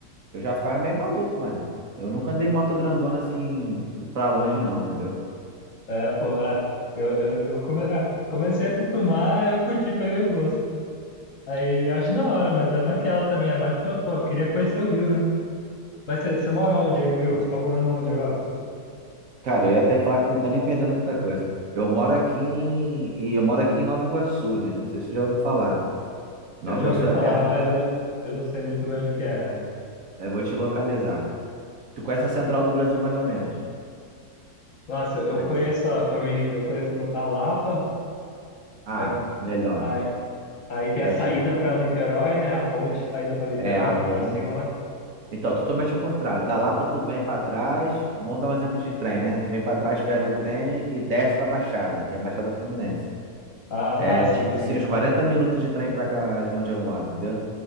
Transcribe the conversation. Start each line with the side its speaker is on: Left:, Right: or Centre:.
Right: eu já ficava meio maluco, mano. Eu nunca andei em moto grandona assim pra longe, não, entendeu?
Left: É, pô, é. Eu, eu, eu come- é, comecei a acostumar, eu curti, peguei o gosto. Aí eu acho da hora, mas é naquela também. É mais, pra- pô, eu queria conhecer o Rio, né? Mas você você mora onde aí no Rio? Você tá morando onde agora?
Right: Cara, eu ia até falar que não tá nem perdendo muita coisa. Eu moro aqui em, e eu moro aqui em Nova Iguaçu, né? Não sei se tu já ouviu falar. Nova
Left: Eu já
Right: Iguaçu
Left: ouvi falar,
Right: é perto
Left: mas
Right: da.
Left: eu, eu não sei muito bem onde que é.
Right: Eu vou te localizar. Tu conhece a Central do Brasil mais ou menos?
Left: Nossa, eu, eu
Right: Ali-
Left: conheço, ó, pra mim, eu conheço a Lapa,
Right: Ah,
Left: é,
Right: melhor.
Left: aí, aí tem
Right: É
Left: a saída
Right: tipo.
Left: pra Niterói, né? A ponte saída pra Niterói,
Right: É a ponte.
Left: vai pra cima lá.
Right: Então, totalmente ao contrário. Da Lapa tu vem pra trás. Vamos dar um exemplo de trem, né? Tu vem pra trás, pega
Left: Ah,
Right: o trem e desce pra Baixada, que é a Baixada Fluminense.
Left: ah,
Right: É
Left: ah, sim,
Right: tipo
Left: sim,
Right: assim, uns 40 minutos de trem pra cá, que é onde eu moro, entendeu?